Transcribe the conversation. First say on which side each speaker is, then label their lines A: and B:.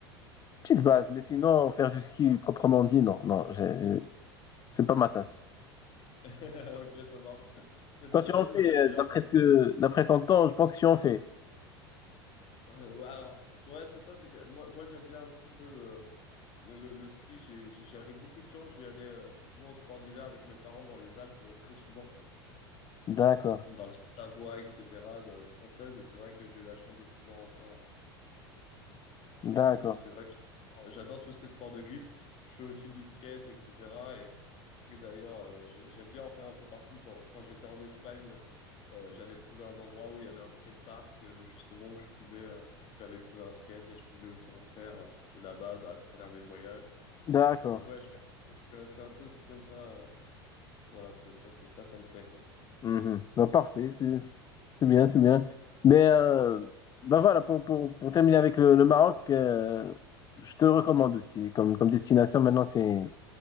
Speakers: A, on the left (about 30°); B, on the left (about 45°).
A: petites bases. Mais sinon, faire du ski proprement dit, non. Non, j'ai- j'ai- c'est pas ma tasse.
B: <laughs> Ok, ça marche. Parce
A: Toi,
B: que c'est
A: tu
B: vrai
A: en
B: que
A: fais,
B: moi j'aime
A: euh,
B: bien.
A: d'après
B: euh,
A: ce que, d'après ton temps, je pense que tu en fais.
B: euh, ouais, alors, ouais, c'est ça, c'est que moi, moi j'aime bien un petit peu le, le, le ski. J'ai- j'ai- J'avais beaucoup de chance, j'y allais euh, justement au sport d'hiver avec mes parents dans les Alpes euh, très souvent,
A: D'accord.
B: dans la Savoie, etc., de- française, et c'est vrai que j'ai eu la chance de pouvoir en faire.
A: D'accord.
B: Donc c'est vrai que j'adore j'adore tout ce qui est sport de glisse. Je fais aussi du skate, etc. Et d'ailleurs, euh, j'ai- j'aime bien en faire un peu partout. Quand, quand j'étais en Espagne, euh, j'avais trouvé un endroit où il y avait un skatepark, euh, justement, où je pouvais, euh, j'avais trouvé un skate et je pouvais aussi en faire euh, là-bas à travers mes voyages.
A: D'accord.
B: Donc ouais, je fais, je fais, je fais un peu tout comme ça. euh, Voilà, c'est ça, c'est ça, ça me plaît, quoi.
A: Mhm. Bah, parfait, c'est c'est bien, c'est bien. Mais euh, bah voilà, pour, pour, pour terminer avec le, le Maroc, euh, je te le recommande aussi comme, comme destination. Maintenant, c'est